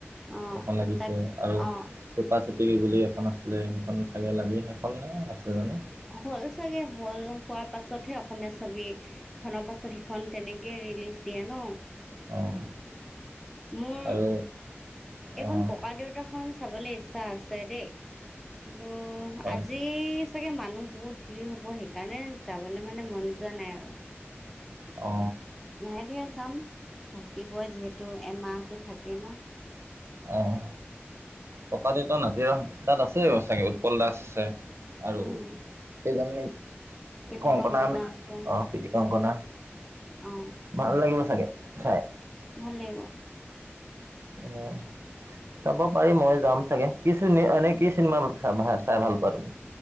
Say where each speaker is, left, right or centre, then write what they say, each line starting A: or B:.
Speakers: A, in the centre; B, on the right.
A: অ',
B: এইখন লাগিছে
A: তাক
B: আৰু
A: অ',
B: চুপা চুপি কি বুলি এখন আছে সেইখন চাগে লাগে আছেনে সেইখন চাগে আছে জানো
A: হল চাগে হল হোৱাৰ পাছতহে অসমীয়া ছবি খনৰ পাছত সিখন তেনেকে ৰিলিজ দিয়ে ন
B: অঁ
A: মোৰ।
B: আৰু
A: এইখন
B: অঁ
A: ককা দেউতাখন চাবলৈ ইচ্ছা আছে দেই। কিন্তু
B: হয়
A: আজি চাগে মানুহ বহুত ভিৰ হব সেইকাৰণে যাবলৈ মানে মন। যোৱা নাই আৰু।
B: অ
A: নাই দিয়া যাম থাকিবই যিহেতু এমাহটো থাকে ন।
B: অঁ ককা দেউতা নাতি আৰু হাতী তাত আছে চাগে উৎপল দাস আছে আৰু
A: উম
B: সেইজন
A: প্ৰীতি
B: কংকনা
A: আছে
B: অ প্ৰীতি কংকনা
A: অ
B: ভাল লাগিব চাগে। হয়
A: ভাল লাগিব
B: উম চাব পাৰি মই যাম চাগে কি চ এনে কি চিনেমা চাই ভালপোৱা তুমি